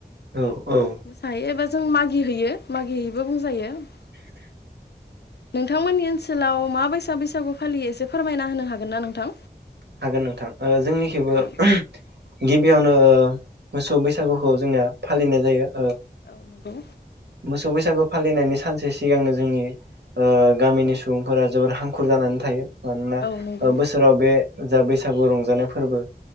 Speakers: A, on the right; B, on the left.
A: औ औ
B: मोसाहैयो एबा जों मागि हैयो मागि हैैयो बुंजायो <inaudible> नोंथांमोननि ओनसोलाव मा बायसा बैसागु फालियो एसे फोरमायना होनो हागोन ना नोंथां?
A: हागोन नोंथां ओ जोंनिखैबो
B: औ नोंथां
A: ओहोम गिबियावनो मोसौ बैसागुखौ जोंना फालिनाय जायो
B: औ नंगौ।
A: सौ बैसागु फालिनायनि सानसे सिगांनो जोंनि ओ गामिनि सुबुंफोरा जोबोर हांखुर जानानै थायो मानोना
B: औ नंगौ
A: ओ बोसोराव बे जा बैसागु रंजानाय फोरबो